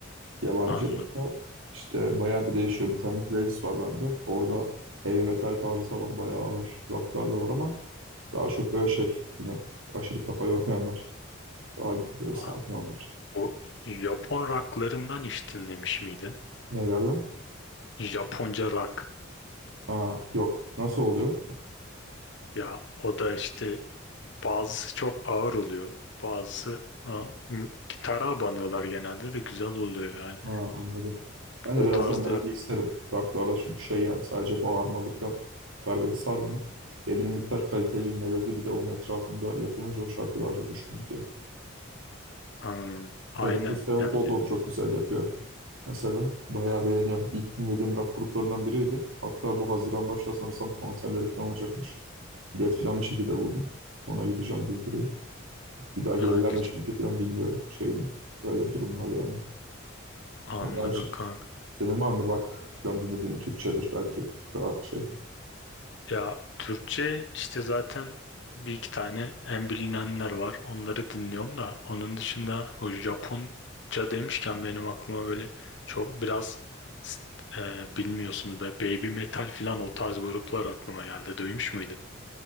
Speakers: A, on the right; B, on the left.
A: Yabancı
B: anladım.
A: hatta işte bayağı bir değişiyor. Bir tane playlist var bende. Orada heavy metal tarzı da var. Bayağı ağır rocklar da var ama daha çok böyle şey yine aşırı kafa yormayanlar. Daha böyle
B: Aa,
A: sakin olanlar.
B: Bu Japon rocklarından hiç dinlemiş miydin?
A: Nelerden?
B: Japonca rock.
A: Ha, yok. Nasıl oluyor?
B: Ya o da işte Bazısı çok ağır oluyor. Bazısı a, m- gitara banıyorlar genelde de güzel oluyor yani.
A: Ha, anladım. Ben
B: O
A: de birazdan
B: tarzda
A: melodi isterim. Rocklarda çünkü şey yani sadece bağırmalı falan bu kadar beni sarmıyor. Belli miktar kaliteli bir melodi bir de onun etrafında yapılınca o şarkı daha çok hoşuma gidiyor.
B: hmm, aynen
A: Avenged Sevenfold
B: yani
A: onu çok güzel yapıyor. Mesela bayağı beğeniyorum. İlk dinlediğim rock gruplarından biriydi. Hatta bu Haziran başında sanırsam konserleri falan olacakmış. Bilet falan bir şekilde buldum. Ona gideceğim gibi duruyor. Bir daha
B: ha,
A: gelirler
B: güzel.
A: mi çünkü falan bilmiyorum şeyini. Böyle bir durum var yani.
B: Anladım
A: Onlar
B: kanka.
A: Senin var mı rock falan dinlediğin Türkçedir belki daha şey.
B: Ya Türkçe işte zaten bir iki tane en bilinenler var. Onları dinliyorum da onun dışında o Japonca demişken benim aklıma böyle çok biraz s- e, bilmiyorsunuz be Baby Metal falan o tarz gruplar aklıma geldi. Duymuş muydun?